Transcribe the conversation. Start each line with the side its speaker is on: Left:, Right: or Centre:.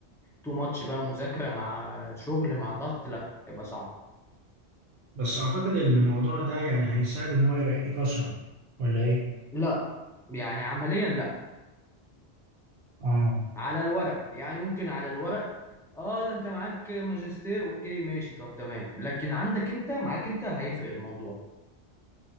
Centre: تو ماتش بقى مذاكرة مع شغل مع ضغط لا هيبقى صعب
Right: بس اعتقد الموضوع ده يعني هيساعد ان هو يرقيك اسرع ولا ايه
Centre: لا يعني عمليا لا
Right: اه
Centre: على الورق يعني ممكن على الورق اه ده انت معاك ماجستير اوكي ماشي طب تمام لكن عندك انت معاك انت هيفرق الموضوع